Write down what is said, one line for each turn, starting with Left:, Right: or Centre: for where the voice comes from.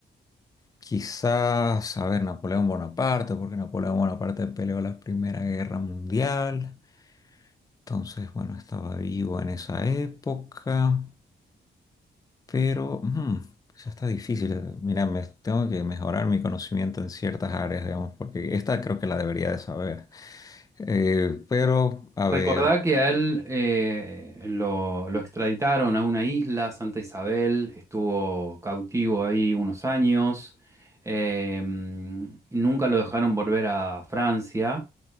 Left: quizás, a ver, Napoleón Bonaparte, porque Napoleón Bonaparte peleó la Primera Guerra Mundial. Entonces, bueno, estaba vivo en esa época, pero hmm, ya está difícil. Mira, me, tengo que mejorar mi conocimiento en ciertas áreas, digamos, porque esta creo que la debería de saber. Eh, pero, a
Right: Recordá
Left: ver.
Right: que a él eh, lo, lo extraditaron a una isla, Santa Isabel, estuvo cautivo ahí unos años, eh, nunca lo dejaron volver a Francia,